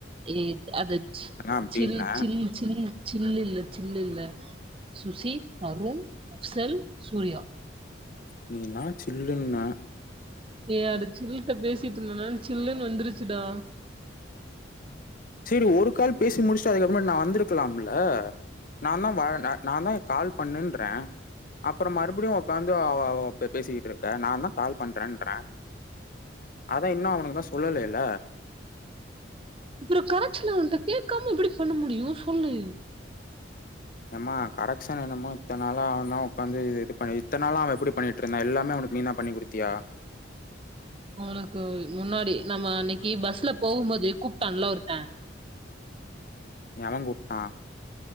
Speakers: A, on the right; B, on the left.
A: ஏ அது
B: அப்டின்ன
A: சில் ச்சிலு ச்சிலு சில் இல்ல சில்ல இல்ல சுசி தருண் அப்சல் சூர்யா
B: நீ நான் சில்லுண்ண
A: ஏ அட சில்லுட்ட பேசிட்டு இருந்தேனான சில்லுன்னு வந்துருச்சுடா
B: செரி ஒரு கால் பேசி முடிச்சுட்டு அதுக்கப்புறம் நான் வந்திருக்கலாம்ல நான் தான் நான் தான் கால் பண்ணுன்றறேன் அப்பறம் மறுபடியும் உட்காந்து அவ பேசிட்டு இருக்கேன் நான் தான் கால் பண்றேன்றறேன் அதான் இன்னும் அவனுக்குதான் சொல்லல்ல
A: அப்பறம் கரைச்சன வந்துிட்ட கேட்காம எப்படி பண்ண முடியும் சொல்லு
B: ஏம்மா கரெக்ஷன் என்னமே இத்தனால அவன் தான் உட்க வந்து இது பண்ண இத்தனாள அவன் எப்டி பண்ணிட்டு இருந்தான் எல்லாமே அவனக்கு நீ தான் பண்ணி குடுத்தியா
A: உனக்கு முன்னாடி நம்ம அன்னைக்கு பஸ்ல போகும்போது கூப்பிட்டான்ல்லா ஒருத்தேன்
B: எவன் கூப்பட்டான்